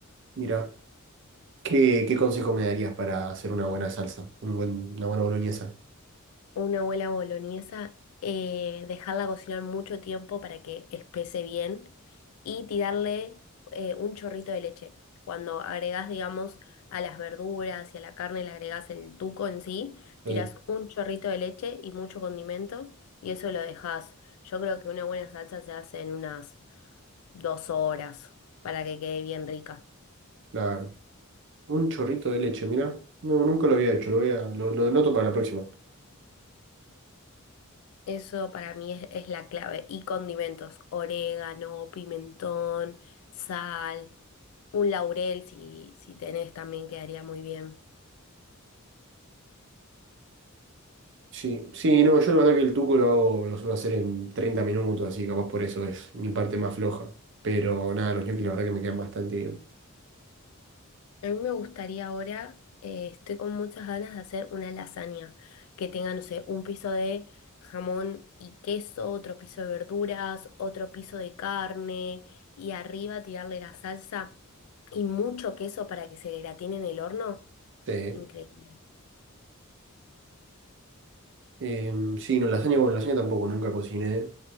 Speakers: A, on the right; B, on the left.
A: mira, ¿qué, qué consejo me darías para hacer una buena salsa? Un buen, una buena boloñesa.
B: una abuela boloñesa, eh, dejarla cocinar mucho tiempo para que espese bien y tirarle eh, un chorrito de leche. Cuando agregás, digamos, a las verduras y a la carne, le agregás el tuco en sí,
A: Sí,
B: tiras un chorrito de leche y mucho condimento y eso lo dejas. Yo creo que una buena salsa se hace en unas dos horas para que quede bien rica.
A: claro. Un chorrito de leche, mira. No, nunca lo había hecho, lo voy a, lo, lo noto para la próxima.
B: Eso para mí es, es la clave. Y condimentos, orégano, pimentón, sal. un laurel, si, si tenés también quedaría muy bien.
A: Sí, sí, no, yo la verdad que el tuco lo hago, lo suelo hacer en 30 minutos, así que capaz por eso es mi parte más floja. Pero nada, los ñoquis la verdad que me quedan bastante bien.
B: A mí me gustaría ahora, eh, estoy con muchas ganas de hacer una lasaña que tenga, no sé, un piso de jamón y queso, otro piso de verduras, otro piso de carne y arriba tirarle la salsa y mucho queso para que se gratine en el horno.
A: Sí,
B: Increíble.
A: Eh, sí, no, lasaña, bueno, lasaña tampoco nunca cociné,